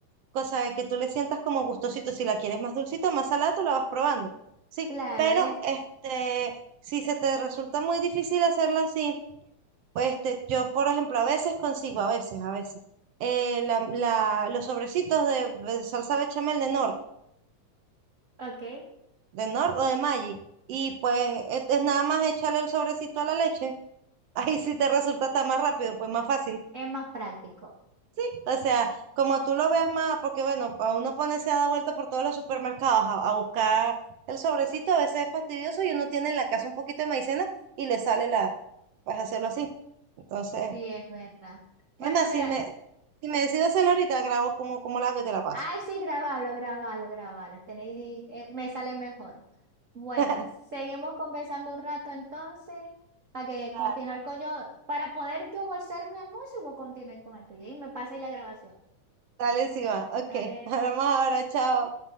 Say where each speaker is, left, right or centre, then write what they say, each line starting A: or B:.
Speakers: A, on the right (about 70°); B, on the right (about 45°).
A: cosa de que tú le sientas como gustosito, si la quieres más dulcita, más salada, tú la vas probando, ¿sí?
B: Claro,
A: Pero
B: es,
A: este, si se te resulta muy difícil hacerlo así, pues este, yo, por ejemplo, a veces consigo, a veces, a veces, eh, la, la- los sobrecitos de, de salsa bechamel de Nor
B: ok,
A: de Nord o de Maggi. Y pues es, es nada más echarle el sobrecito a la leche. <laughs> Ahí sí te resulta hasta más rápido, pues más fácil.
B: es más práctico.
A: Sí, o sea, como tú lo veas más, porque bueno, para uno ponerse a dar vuelta por todos los supermercados a, a buscar el sobrecito, a veces es fastidioso y uno tiene en la casa un poquito de maicena y le sale la, pues hacerlo así. Entonces,
B: Sí, es verdad. Bueno,
A: es más,
B: gra-
A: si me, si me decido hacerlo ahorita, grabo como, como la hago y te la paso.
B: ay, sí, grabalo, grabalo, grabalo. Tenéis, eh, me sale mejor. Bueno,
A: <laughs>
B: seguimos conversando un rato entonces para que
A: Dale,
B: continuar con yo, para poder yo bolsar mi almuerzo, voy a continuar con el tuyo y me pasa ahí la grabación.
A: dale, sí va. Ok,
B: Dale.
A: <laughs> hablamos ahora, chao.